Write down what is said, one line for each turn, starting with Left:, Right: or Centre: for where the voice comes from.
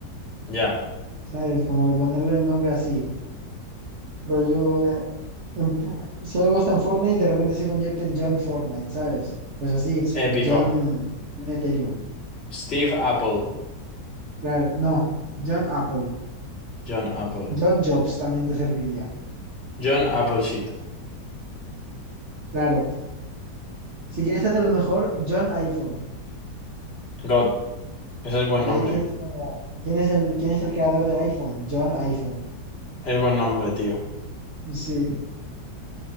Left: ya.
Right: ¿Sabes? Como que ponerle el nombre así. Rollo, en po- si algo está en Fortnite, de repente se convierte en John Fortnite, ¿sabes? Pues así, John,
Left: Épico.
Right: John Ethereum.
Left: Steve Apple,
Right: Claro, no, John Apple.
Left: John Apple.
Right: John Jobs también te serviría.
Left: John Appleseed,
Right: Claro, si quieres hacer lo mejor, John iPhone.
Left: God, ese es buen
Right: De
Left: nombre.
Right: ahí tienes como, ¿quién es el, quién es el creador del iPhone? John iPhone.
Left: Es buen nombre, tío.
Right: Sí,